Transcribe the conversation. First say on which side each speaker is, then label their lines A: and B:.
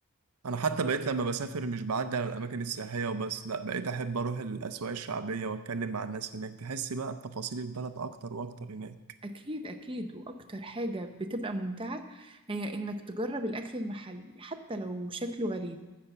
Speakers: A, on the right; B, on the right.
A: انا حتى بقيت لما بسافر مش بعدي على الاماكن السياحيه وبس لا بقيت احب اروح الاسواق الشعبيه واتكلم مع الناس هناك تحس بقى بتفاصيل البلد اكتر واكتر هناك
B: أكيد أكيد وأكتر حاجة بتبقى ممتعة هي إنك تجرب الأكل المحلي حتى لو شكله غريب